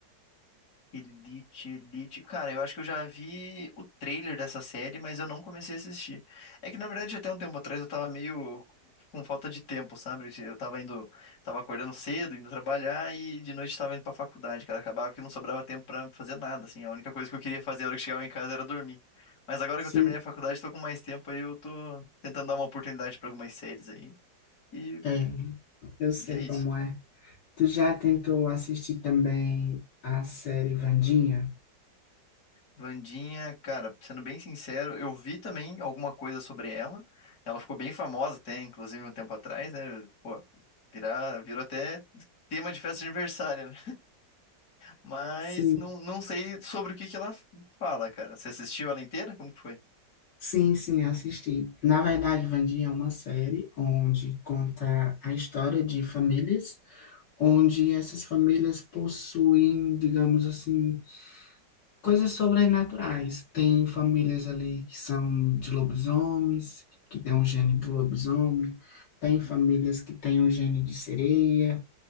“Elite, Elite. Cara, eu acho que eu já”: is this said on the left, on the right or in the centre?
Left